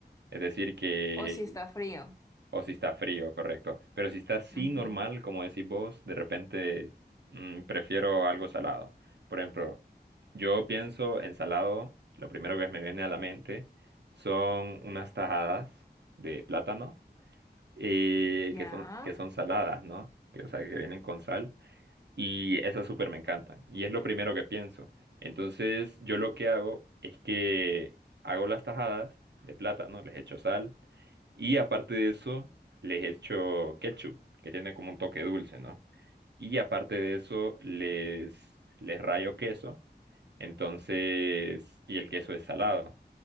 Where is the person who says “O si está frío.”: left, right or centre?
Left